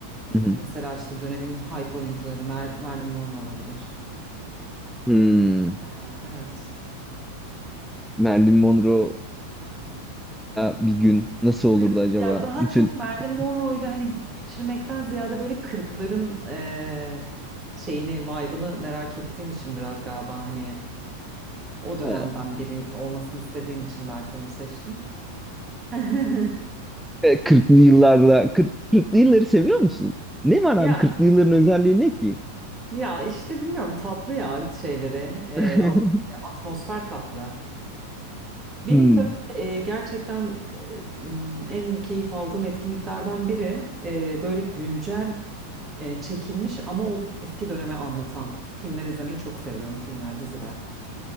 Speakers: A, in the centre; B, on the right (about 20°).
A: Hı hı.
B: Mesela işte dönemin hype oyuncuları Mer- Marilyn Monroe olabilir.
A: Hmm.
B: Ee, evet.
A: Marilyn Monroe'la bir gün nasıl
B: Kırk-
A: olurdu acaba?
B: ya daha
A: Bütün
B: çok Marilyn
A: <laughs>
B: Monroe'yla hani gün geçirmekten ziyade böyle kırkların eee, şeyini vibe'ını merak ettiğim için biraz galiba hani o dönemden
A: he,
B: biri olmasını istediğim için belki onu seçtim. <laughs>
A: 40'lı <laughs> yıllarda 40, 40'lı yılları seviyor musun? Ne var
B: Ya
A: abi 40'lı yılların özelliği ne ki?
B: Ya işte bilmiyorum tatlı ya şeyleri. Ee,
A: <laughs>
B: o- e, atmosfer tatlı. Benim
A: Hmm.
B: böyle e, gerçekten e, m, en keyif aldığım etkinliklerden biri e, böyle güncel e, çekilmiş ama o eski döneme anlatan filmler izlemeyi çok seviyorum. Filmler, diziler.